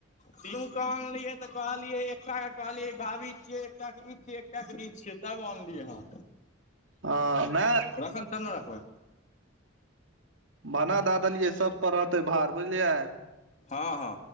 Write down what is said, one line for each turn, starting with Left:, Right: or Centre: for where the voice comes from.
Left: तीनू के अनलियै, तऽ कहलियै एकटा के कहलियै भाभी छिय, एकटा इ छियइ एकटा छियइ। तब अनलिये हँ।
Right: अ नय।
Left: अखन तने राखबै।
Right: भने दे देलियै, सभपर रहतै भार बुझलिय।
Left: हँ हँ